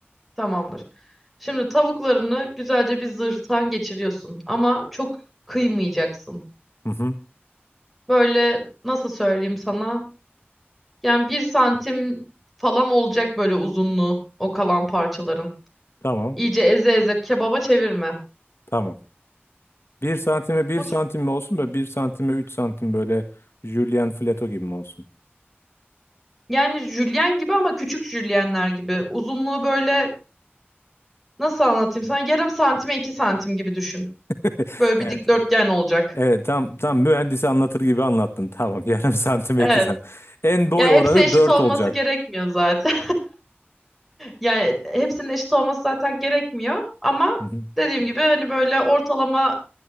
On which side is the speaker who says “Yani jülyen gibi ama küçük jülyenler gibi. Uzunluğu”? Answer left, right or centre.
Centre